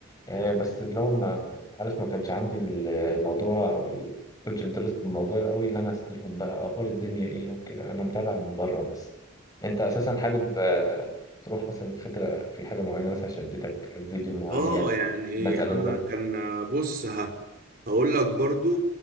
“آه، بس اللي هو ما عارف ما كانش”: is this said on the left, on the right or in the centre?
Left